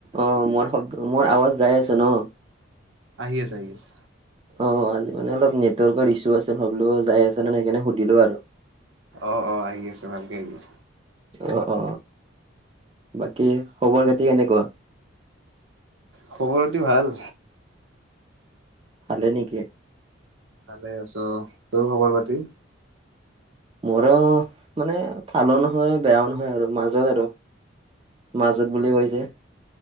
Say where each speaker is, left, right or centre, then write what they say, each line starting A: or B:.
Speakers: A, on the right; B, on the right.
A: অহ মোৰ শব্দ মোৰ আৱাজ যাই আছে ন
B: আহি আছে আহি আছে
A: অ আজি মানে অলপ নেটৰ্ ইছু আ সব যাই আছে ন সেইকাৰণে সুধিলো আৰু
B: অ অ আহি আছে ভালকে আহি আছে
A: অ অ বাকী খবৰ খাতি কেনেকোৱা
B: খবৰ খাতি ভাল
A: ভালে নেকি
B: ভালে আছো তোৰ খবৰ পাতি
A: মোৰো মানে ভালো নহয় বেয়াও নহয় আৰু মাজৰে আৰু মাজত বুলি কৈছে